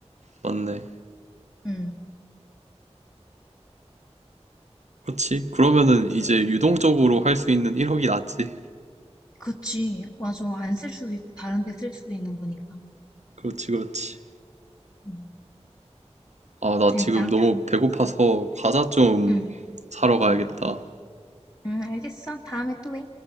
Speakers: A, on the right; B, on the left.
A: 맞네.
B: 응.
A: 그렇지. 그러면은 이제 유동적으로 할 수 있는 1억이 낫지.
B: 그치. 맞아. 안 쓸 수도 있고, 다른 데 쓸 수도 있는 거니까.
A: 그렇지, 그렇지.
B: 응.
A: 아, 나
B: 재밌다.
A: 지금 너무 배고파서 과자 좀
B: 응.
A: 사러 가야겠다.
B: 응, 알겠어. 다음에 또 해.